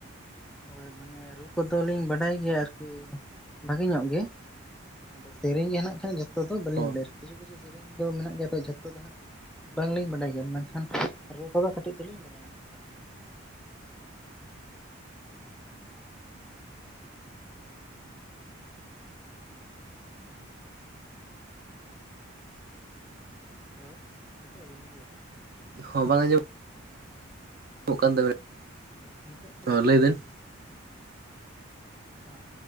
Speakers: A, in the centre; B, on the right.
A: ᱦᱳᱭ ᱢᱟᱱᱮ ᱨᱩ ᱠᱚᱫᱚ ᱞᱤᱧ ᱵᱟᱰᱟᱭ ᱜᱮᱭᱟ ᱟᱨᱠᱤᱻ ᱵᱷᱟᱜᱤ ᱧᱚᱜ ᱜᱮ᱾ ᱟᱫᱚ ᱥᱮᱨᱮᱧ ᱜᱮ ᱦᱮᱱᱟᱜ ᱠᱷᱟᱱ ᱡᱷᱚᱛᱚ ᱫᱚ ᱵᱟᱹᱞᱤᱧ
B: ᱦᱚᱸ
A: ᱵᱟᱲᱟᱭᱟ ᱠᱤᱪᱷᱩ - ᱠᱤᱪᱷᱩ ᱥᱮᱨᱮᱧ ᱫᱚ ᱢᱮᱱᱟᱜ ᱜᱮᱭᱟ ᱛᱚ ᱡᱷᱚᱛᱚ ᱫᱚ ᱦᱟᱸᱜᱼᱼ ᱵᱟᱝ ᱞᱤᱧ ᱵᱟᱰᱟᱭ ᱜᱮᱭᱟ ᱢᱮᱱᱠᱷᱟᱱ ᱨᱩ ᱠᱚᱫᱚ ᱠᱟᱹᱴᱤᱡ ᱫᱚᱞᱤᱧ ᱵᱟᱰᱟᱭ ᱧᱚᱜ ᱠᱟᱫ ᱜᱮᱭᱟ᱾ ᱦᱮᱞᱳ ᱦᱟᱪᱩᱜ ᱟᱵᱤᱱ ᱢᱩᱦᱞᱤ
B: ᱦᱚᱸ ᱵᱟᱝ ᱟᱸᱡᱚᱼᱼ <unintelligible>
A: ᱱᱤᱛᱚᱜ ᱟᱸᱡᱚᱢᱚᱜ
B: ᱦᱚᱸ ᱞᱟᱹᱭ
A: ᱠᱟᱱᱟ?
B: ᱵᱮᱱ
A: ᱚᱻ